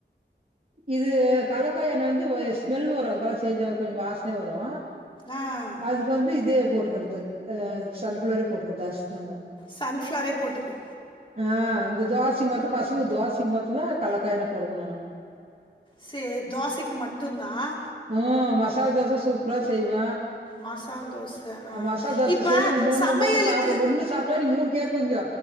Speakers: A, on the right; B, on the left.
A: இது கலக்காஎன்னெய் வந்து ஸ்மெல் வரும் அதுக்கல சேஞ்ச ஆ கொஞ்சம் வாசனே வரும்
B: ஆஹ்
A: அதுக்கு வந்து இதே போட்டுக்கிறது அ சன் பிளர் போட்டுக்கரது ஜாஸ்தி நாங்க
B: சன்ஃப்ளரே போட்டுப்பே
A: ஆஹ் இந்த தோசைக்கு மத்தும் பசங்க தோசைக்கு மத்தும்தான் கலக்காயின போடுணும் நானா
B: சே தோசைக்கு மட்டும் தான்
A: ம். மசால் தோச சூப்பரா செய்வே
B: மசால் தோசை ஆ
A: மசால் தோசை
B: இப்போ
A: சேஞ்ஜம் இன்னொன்னு
B: சமையலுக்கு
A: இன்னொன்னு சாப்பிடுவ ஒன்னு சாப்பிட்டா நீங்க மூணு கேக்குவிங்க